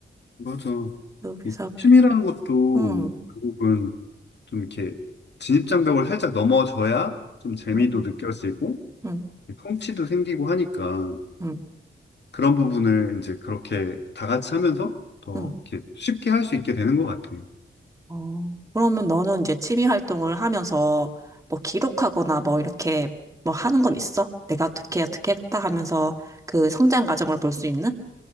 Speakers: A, on the left; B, on the right.
A: 맞아.
B: 그래서,
A: 이 춤이라는 것도
B: 음,
A: 결국은 좀 이렇게 진입장벽을 살짝 넘어져야 좀 재미도
B: 음,
A: 느껴지고
B: 음,
A: 성취도 생기고 하니까
B: 음,
A: 그런 부분을 이제 그렇게 다 같이 하면서 더
B: 음.
A: 이렇게 쉽게 할 수 있게 되는 것 같아요.
B: 어, 그러면 너는 이제 취미 활동을 하면서 뭐 기록하거나 뭐 이렇게 뭐 하는 건 있어? 내가 어떻게 어떻게 했다 하면서 그 성장 과정을 볼 수 있는